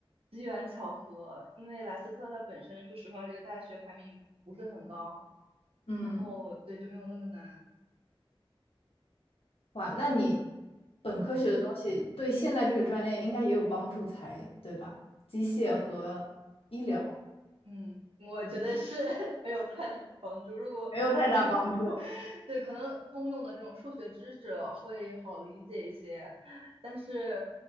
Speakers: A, on the right; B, on the left.
A: 机缘巧合，因为莱斯特它本身，说实话，这个大学排名不是很高，
B: 嗯。
A: 然后对就没有那么难。
B: 哇，那你本科学的东西对现在这个专业应该也有帮助才对吧？
A: 嗯
B: 机械和医疗
A: 嗯，我觉得是 <laughs> 没有太大帮助。如果一定
B: 没有太大帮助。
A: <laughs> 对，可能通用的这种数学知识会好理解一些，但是